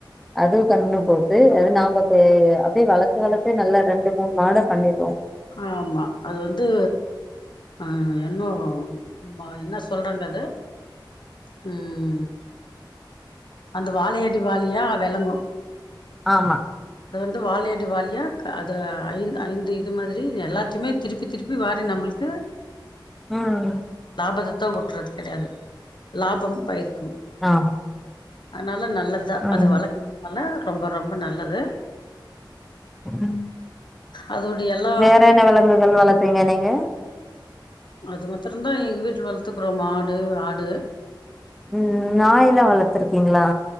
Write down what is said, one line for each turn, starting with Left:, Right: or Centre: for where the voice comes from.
Centre: அதுவு கன்னு போட்டு அது நாம பே அப்டியே வளத்து வளத்தே நல்லா ரெண்டு மூணு மாட பண்ணிட்டோ
Left: ஆமா அது வந்து அ என்னு ப என்ன சொல்றாங்க அத ம் அந்த வாழையடி வாழையா வெளங்கு
Centre: ஆமா
Left: அது வந்து வாழையடி வாழையா க அது ஐந்து ஐந்து இது மாதிரி எல்லாத்தையுமே திருப்பி திருப்பி வாரி நம்மளுக்கு
Centre: ம்
Left: லாபத்தைத்தா ஓட்றது கெடையாது லாபம் பயிர்க்கும்
Centre: ஆம்
Left: அதுனால நல்லதுதா
Centre: ம்
Left: அது வளர்க்கறனால ரொம்ப ரொம்ப நல்லது
Centre: ம்
Left: அதுடைய எல்லா
Centre: வேற என்ன விலங்குகள் வளத்தீங்க நீங்க
Left: அது மத்தரந்தா எங்கள் வீட்ல வளத்துக்குறோ மாடு ஆடு
Centre: ம் நாயிலா வளத்துருக்கீங்களா